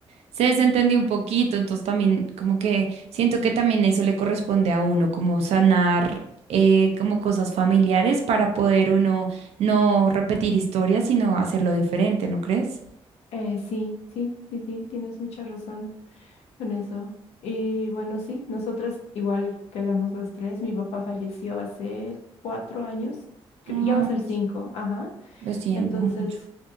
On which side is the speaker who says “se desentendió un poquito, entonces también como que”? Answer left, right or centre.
Right